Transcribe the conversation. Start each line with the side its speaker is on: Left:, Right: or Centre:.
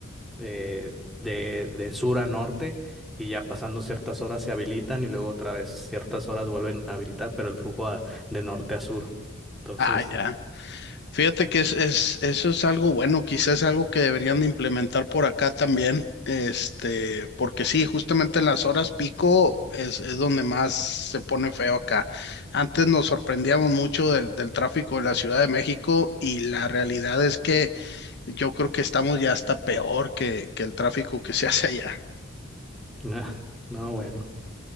Centre: de, de, de sur a norte y ya pasando ciertas horas se habilitan y luego otra vez ciertas horas vuelven a habilitar, pero el flujo a- de norte a sur. Entonces,
Left: Ah, ya. Fíjate que es, es- eso es algo bueno, quizás algo que deberían de implementar por acá también, este, porque sí, justamente en las horas pico es, es donde más se pone feo acá. Antes nos sorprendíamos mucho del, del tráfico de la Ciudad de México y la realidad es que Yo creo que estamos ya hasta peor que, que el tráfico que se hace allá.
Centre: <laughs> no, bueno,